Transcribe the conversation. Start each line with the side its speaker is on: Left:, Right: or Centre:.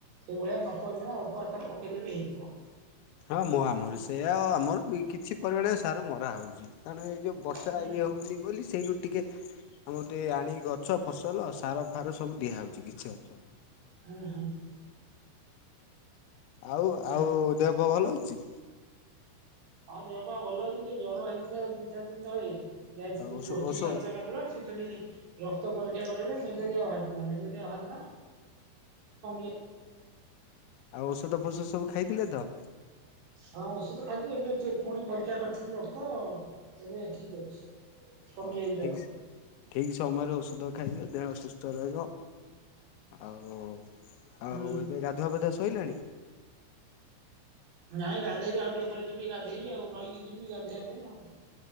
Right: ସେଇ ଭଳିଆ ନ ପକେଇବା ଅଳ୍ପ ଆକାରରେ ପକେଇଲେ ବି ହେଇଯିବ।
Left: ହଁ ମୋ ଆମର ସେଇଆ ଆମର କିଛି ପରିମାଣ ସାର ମରା ହେଉଚି କାରଣ ଏଇ ଯେଉଁ ବର୍ଷା
Right: ହୁଁ
Left: ଇଏ ହେଉନି ବୋଲି ସେଇଠୁ। ଟିକେ ଗୋଟେ ଆଣିିକି ଗଛ ଫସଲ ସାର ଫାର ସବୁ ଦିଆ ହେଉଚି କିଛି ଅଂଶ।
Right: ହୁଁ ହୁଁ।
Left: ଆଉ
Right: ଆଚ୍ଛା
Left: ଆଉ ଦେହ ପା ଭଲ ଅଛି।
Right: ହଁ ଦେହ ପା ଭଲ ଅଛି ଟିକେ ଜର ହେଇଥିଲା ଦି ଚାରି ଦିନ ତଳେ। ଯାଇଥିଲି
Left: ଆଉ ଔଷ
Right: ଗୋଷ୍ଠୀ
Left: ଔଷ
Right: ସ୍ବାସ୍ଥ୍ୟ କେନ୍ଦ୍ର ସେ ସେଠି। ରକ୍ତ ପରୀକ୍ଷା କଲେ ଯେ ମ୍ୟାଲେରିଆ ବାହାରିଥିଲା ମ୍ୟାଲେରିଆ ବାହାରିଲା। ଯାଇଛି
Left: ଆଉ ଔଷଧ ଫଷଧ ସବୁ ଖାଇଥିଲେ ତ।
Right: ହଁ ଔଷଧ ଖାଇକି ଏବେ ଠିକ୍ ପରୀକ୍ଷା କରିଥିଲି ରକ୍ତ ଏବେ ଠିକ୍ ଅଛି। କମି
Left: ହ
Right: ଯାଇଛି ଜର।
Left: ଠିକ୍। ଠିକ୍ ସମୟରେ ଔଷଧ ଖାଇଦିଅ ଦେହ ସୁସ୍ଥ ରହିବ। ଆଉ
Right: ହୁଁ
Left: ଆଉ ଏବେ ଗାଧୁଆ ପାଧୁଆ ଶଇଲାଣି?
Right: ନାଇଁ ଗାଧେଇବି ଆଉ ଟିକେ ପରେ ଯିବି ଗାଧେଇ ଆଉ ନଈକି ଯିବି ଗାଧେଇବା ପାଇଁ ଆଉ।